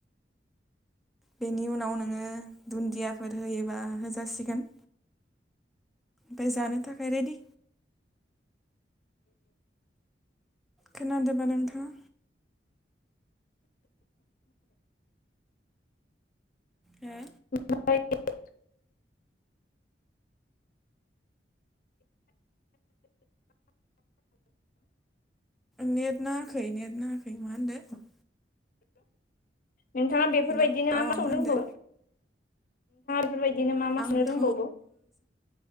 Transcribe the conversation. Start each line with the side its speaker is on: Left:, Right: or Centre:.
Centre: बेनि उनाव नोङो दुन्दियाफोर होयोबा होजासिगोन फाय जानो थाखायाय रेडि खोनादों बा नोंथाङा हो
Left: <inaudible>
Centre: नेट नाङाखै नेट नाङाखै मा होनदों
Left: नोंथाङा बेफोरबायदिनो
Centre: हेल'
Left: मा
Centre: अ
Left: मा संनो
Centre: होनदो
Left: रोंबावो? बेफोरबायदिनो मा मा
Centre: आंथ'
Left: संनो रोंबावगौ?